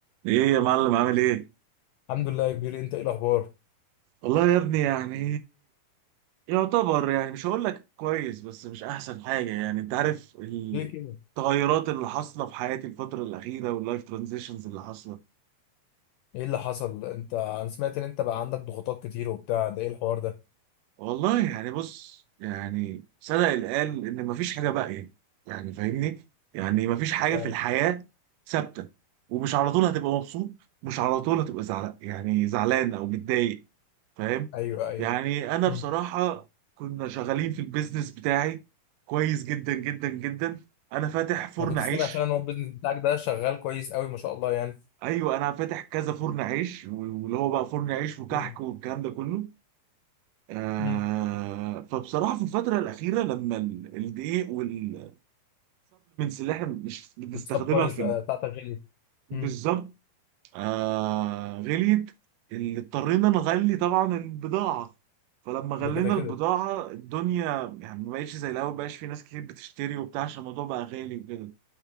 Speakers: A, on the right; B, on the left.
A: ايه يا معلم عامل ايه
B: الحمد لله يا كبير انت ايه الاخبار
A: والله يا ابني يعني يعتبر يعني مش هقول لك كويس بس مش احسن حاجه يعني انت عارف
B: ليه كده؟
A: التغيرات اللي حاصله في حياتي الفتره الاخيره واللايف ترانزيشنز اللي حاصله
B: ايه اللي حصل انت انا سمعت ان انت بقى عندك ضغوطات كتير وبتاع ده ايه الحوار ده
A: والله يعني بص يعني صدق اللي قال ان مفيش حاجه باقيه يعني يعني فاهمني يعني مفيش حاجه
B: فعلا
A: في الحياه ثابته ومش على طول هتبقى مبسوط مش على طول هتبقى زعلان يعني زعلان او متضايق فاهم
B: ايوه ايوه
A: يعني انا
B: مم.
A: بصراحه كنا شغالين في البيزنس بتاعي كويس جدا جدا جدا انا فاتح فرن
B: انا كنت
A: عيش
B: سامع فعلا ان هو البيزنس بتاعك ده شغال كويس قوي ما شاء الله يعني
A: ايوه انا فاتح كذا فرن عيش واللي هو بقى فرن عيش وكحك
B: ايه
A: والكلام ده كله آه
B: مم.
A: فبصراحه في الفتره الاخيره لما ال- الدقيق والسبلمنتس اللي احنا مش بنستخدمها
B: والسبلايز
A: في
B: آه،
A: ال-
B: بتاعتك غليت
A: بالظبط
B: مم.
A: آه غليت اللي اضطرينا نغلي طبعا البضاعة فلما غلينا
B: ده كده كده
A: البضاعة الدنيا يعني ما بقتش زي الأول مبقاش في ناس كتير بتشتري وبتاع عشان الموضوع بقى غالي وكده